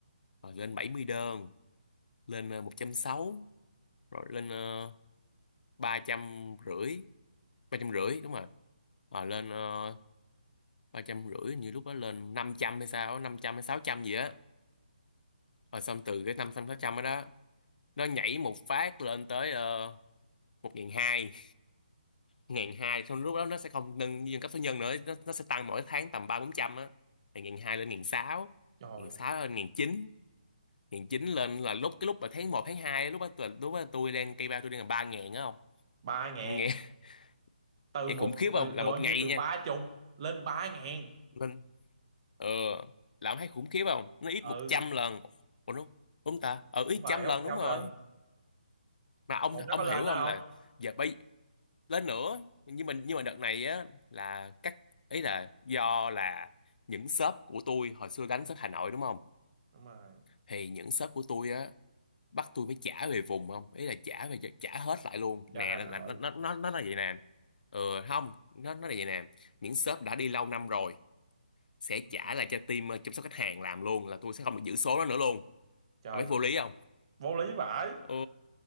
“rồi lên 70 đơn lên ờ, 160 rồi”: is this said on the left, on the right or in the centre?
Left